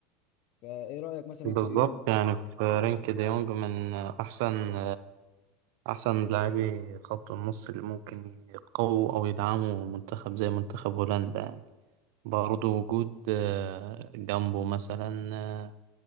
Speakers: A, on the left; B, on the right.
A: فإيه رأيك مثلا
B: بالظبط
A: في ديونج
B: يعني في رينك دي يونج من أحسن أحسن لاعبي خط النص اللي ممكن يقووا أو يدعموا منتخب زي منتخب هولندا يعني برضه وجود آه، جنبه مثلا